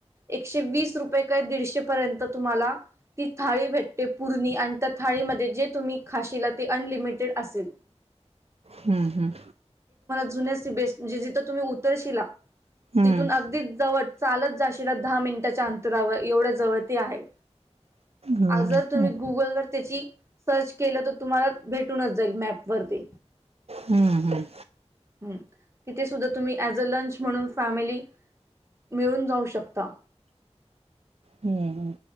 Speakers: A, on the right; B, on the right.
A: एकशे वीस रुपये काय दीडशे पर्यंत तुम्हाला ती थाळी भेटते पूर्णी आणि त्या थाळीमध्ये जे तुम्ही खाशीला ते अनलिमिटेड असेल. <unintelligible>
B: हम्म हम्म.
A: जथ तुम्ही उतरला
B: हम्म
A: तथून अगदीच जवळ चाल जशिला दहा मिनिटाच्या अंतुरावर एवढ्या जवळती आहे.
B: हम्म
A: अ जर तुम्ही
B: हम्म
A: गुगलवरर त्याची सर्च केलं तर तुम्हाला भेटूनच जाईल मॅप वरती.
B: हम्म
A: तिथे सुधा तुम्ही ज अ लंच म्हणून फॅमिली मिळून जाऊ शकता.
B: हम्म